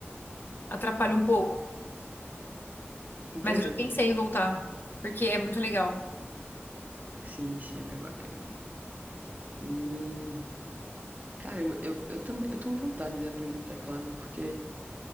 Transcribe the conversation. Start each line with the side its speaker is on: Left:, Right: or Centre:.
Left: atrapalha um pouco.
Right: entendi.
Left: Mas eu já pensei em voltar, porque é muito legal.
Right: Sim, sim, é bem bacana. E. Caramba, eu, eu também eu tenho vontade de aprender teclado, porque